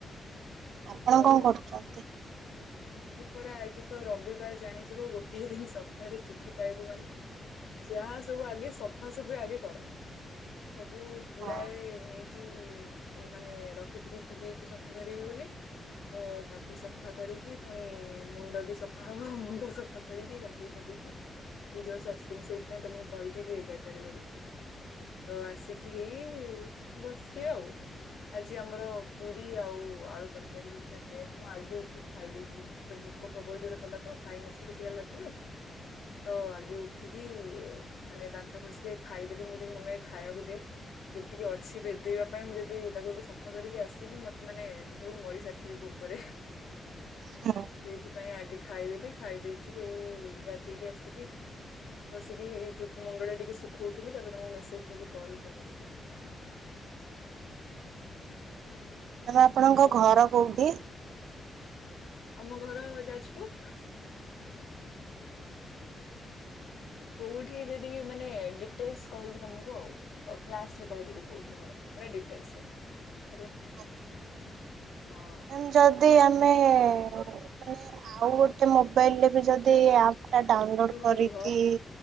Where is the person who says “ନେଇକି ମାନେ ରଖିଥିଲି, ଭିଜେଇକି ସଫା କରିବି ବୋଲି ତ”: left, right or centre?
Left